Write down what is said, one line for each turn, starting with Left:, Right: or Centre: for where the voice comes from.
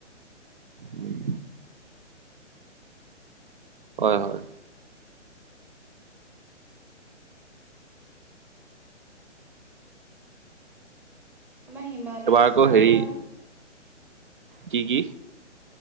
Right: উম। হয় হয়।
Centre: আমাৰ হিমা দাসৰ
Right: এবাৰ আকৌ হেৰি
Centre: পৰা।
Right: কি কি?